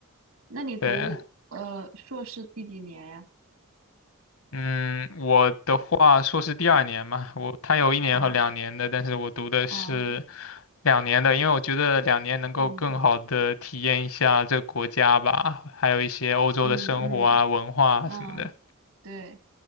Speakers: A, on the right (about 70°); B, on the left (about 75°).
A: 那你读呃硕士第几年呀？
B: 对，嗯，我的话，硕士第二年嘛，我他有一年和两年的，
A: 哦
B: 但是我读的是
A: 哦，
B: 两年的，因为我觉得两年能够更好的体验一下这个国家吧，
A: 嗯
B: 还有一些欧洲的生活啊、
A: 嗯嗯
B: 文化啊什么的。
A: 嗯，对。